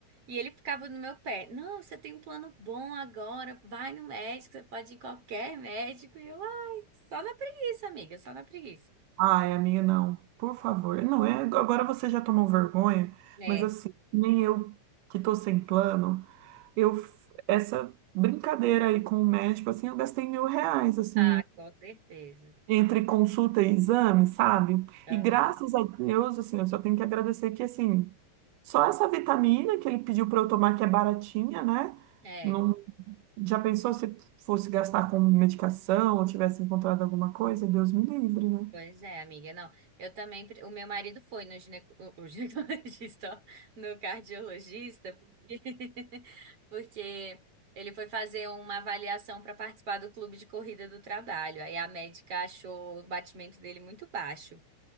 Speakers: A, on the right; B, on the right.
A: E ele ficava no meu pé, não, você tem um plano bom agora, vai no médico, você pode ir em qualquer médico. E eu, ai, só na preguiça, amiga, só na preguiça.
B: Ai, amiga, não, por favor. Não, é, agora você já tomou vergonha,
A: É,
B: mas, assim, nem eu que tô sem plano, eu, f- essa brincadeira aí com o médico, assim, eu gastei mil reais, assim,
A: ah, com certeza.
B: entre consulta e exame, sabe?
A: Aham.
B: E graças a Deus, assim, eu só tenho que agradecer que, assim, só essa vitamina que ele pediu para eu tomar, que é baratinha, né?
A: É,
B: Não, já pensou se fosse gastar com medicação ou tivesse encontrado alguma coisa? Deus me livre, né?
A: pois é, amiga. Não, eu também. pre- O meu marido foi no gineco, o <laughs> ginecologista, ó, no cardiologista, porque, <laughs> porque ele foi fazer uma avaliação para participar do clube de corrida do trabalho. Aí a médica achou o batimento dele muito baixo.